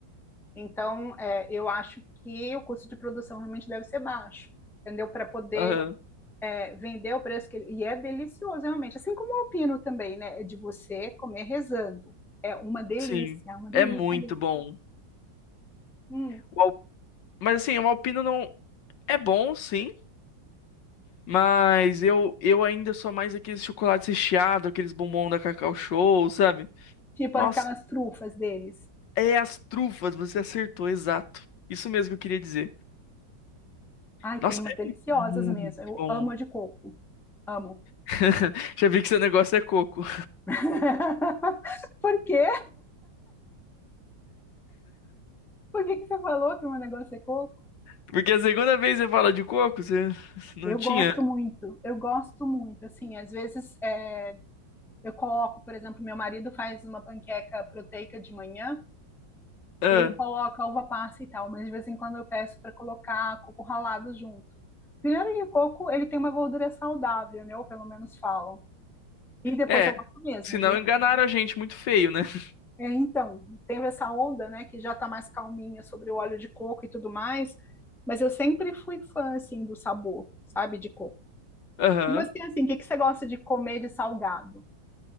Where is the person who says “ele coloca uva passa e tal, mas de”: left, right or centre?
Centre